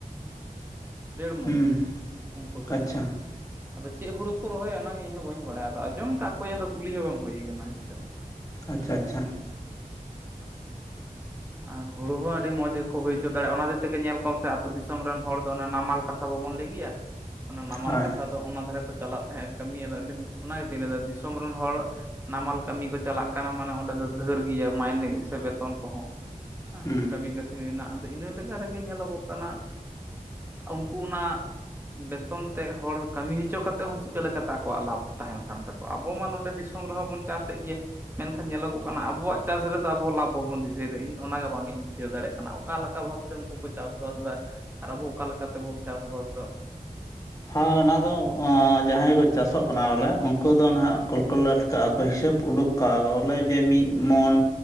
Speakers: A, on the right (about 15°); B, on the left (about 25°).
A: ᱰᱮᱲ ᱢᱚᱱ
B: ᱦᱩᱸ
A: ᱨᱮ ᱩᱱᱠᱩ ᱥᱮᱫ
B: ᱟᱪᱪᱷᱟ,
A: ᱫᱚ ᱟᱫᱚ ᱪᱮᱫ ᱦᱩᱲᱩ ᱠᱚ ᱨᱚᱦᱚᱭᱟ ᱚᱱᱟ ᱜᱮ ᱤᱧ ᱦᱚᱸ ᱵᱟᱹᱧ ᱵᱟᱲᱟᱭᱟ᱾ ᱟᱫᱚ ᱟᱸᱡᱚᱢ ᱠᱟᱜ ᱠᱚᱣᱟᱧ ᱟᱫᱚ ᱠᱩᱞᱤ ᱦᱚᱸ ᱵᱟᱝ ᱦᱩᱭ ᱟᱠᱟᱱᱟ ᱦᱮᱸᱥᱮ ᱾
B: ᱟᱪᱪᱷᱟ ᱟᱪᱪᱷᱟ
A: <inaudible> ᱟᱨ ᱦᱩᱲᱩ ᱦᱚᱸ ᱟᱹᱰᱤ ᱢᱚᱡᱽ ᱜᱮᱠᱚ ᱦᱩᱭ ᱦᱚᱪᱚ ᱫᱟᱲᱮᱭᱟᱜᱼᱟ ᱾ ᱚᱱᱟ ᱦᱚᱛᱮ ᱛᱮᱜᱮ ᱧᱮᱞ ᱠᱚᱢ ᱥᱮ ᱟᱹᱛᱩ ᱫᱤᱥᱚᱢ ᱨᱮᱱ ᱦᱚᱲ ᱱᱟᱢᱟᱞ ᱠᱟᱛᱷᱟ ᱵᱟᱵᱚᱱ ᱞᱟᱹᱭ ᱜᱮᱭᱟ ᱚᱱᱟ ᱱᱟᱢᱟᱞ
B: ᱦᱳᱭ,
A: ᱠᱟᱛᱷᱟ ᱫᱚ ᱚᱱᱟ ᱫᱷᱟᱨᱮ ᱠᱚ ᱪᱟᱞᱟᱜ ᱛᱟᱦᱮᱸᱜ ᱠᱟᱹᱢᱤᱭᱟ ᱚᱱᱟ ᱜᱮᱛᱚᱧ ᱞᱟᱹᱭ ᱫᱟ ᱫᱤᱥᱚᱢ ᱨᱮᱱ ᱦᱚᱲ ᱱᱟᱢᱟᱞ ᱠᱟᱹᱢᱤ ᱠᱚ ᱪᱟᱞᱟᱜ ᱠᱟᱱᱟ ᱢᱟᱱᱮ ᱚᱸᱰᱮ ᱫᱚ ᱰᱷᱟᱹᱨ ᱜᱮᱭᱟ ᱢᱟᱭᱱᱮ ᱥᱮ ᱵᱮᱛᱚᱱ ᱠᱚᱦᱚᱸ ᱦᱮᱸ
B: ᱦᱩᱸ᱾
A: ᱠᱟᱹᱢᱤ ᱠᱟᱹᱥᱱᱤ ᱨᱮᱱᱟᱜ ᱟᱫᱚ ᱤᱱᱟᱹ ᱞᱮᱠᱟ ᱨᱮᱜᱮ ᱧᱮᱞᱚ ᱜᱚᱜ ᱠᱟᱱᱟ ᱩᱱᱠᱩ ᱚᱱᱟ ᱵᱮᱛᱚᱱ ᱛᱮ ᱦᱚᱲ ᱠᱟᱹᱢᱤ ᱦᱚᱪᱚ ᱠᱟᱛᱮᱜ ᱦᱚᱸ ᱪᱤᱠᱟᱹ ᱞᱮᱠᱟ ᱛᱮ ᱟᱠᱚᱣᱟᱜ ᱞᱟᱵᱷ ᱛᱟᱦᱮᱱ ᱠᱟᱱ ᱛᱟᱠᱚᱣᱟ? ᱟᱵᱚ ᱢᱟ ᱱᱚᱰᱮ ᱫᱤᱥᱚᱢ ᱨᱮᱦᱚᱸ ᱵᱚᱱ ᱪᱟᱥᱮᱫ ᱜᱮᱭᱟ ᱢᱮᱱ ᱠᱷᱟᱱ ᱧᱮᱞᱚᱜᱚᱜ ᱠᱟᱱᱟ ᱟᱵᱚᱣᱟᱜ ᱪᱟᱥ ᱨᱮᱫᱚ ᱟᱵᱚ ᱞᱟᱵᱷ ᱵᱟᱵᱚᱱ ᱫᱤᱥᱟᱹᱭ ᱫᱟ ᱾ ᱤᱧ ᱚᱱᱟ ᱜᱮ ᱵᱟᱝ ᱤᱧ ᱵᱩᱡᱼ ᱵᱩᱡᱷᱟᱹᱣ ᱫᱟᱲᱮᱭ ᱠᱟᱱᱟ ᱾ ᱚᱠᱟ ᱞᱮᱠᱟ ᱵᱷᱟᱵ ᱛᱮ ᱩᱱᱠᱩ ᱠᱚ ᱪᱟᱥ ᱵᱟᱥ ᱫᱟ ᱟᱨ ᱟᱵᱚ ᱚᱠᱟ ᱞᱮᱠᱟ ᱛᱮᱵᱚᱱ ᱪᱟᱥ ᱵᱟᱥ
B: ᱦᱚᱸ ᱚᱱᱟ ᱫᱚ ᱡᱟᱦᱟᱸᱭ ᱠᱚ ᱪᱟᱥᱚᱜ ᱠᱟᱱᱟ ᱵᱚᱞᱮ ᱩᱱᱠᱩ ᱫᱚ ᱱᱟᱦᱟᱜ ᱠᱚᱞ ᱠᱚᱞᱟᱴ ᱠᱟᱜᱼᱟ ᱠᱚ, ᱦᱤᱥᱟᱹᱵᱽ ᱩᱰᱩᱠ ᱠᱟᱜᱼᱟ ᱵᱚᱞᱮ ᱡᱮ ᱢᱤᱫ ᱢᱚᱱ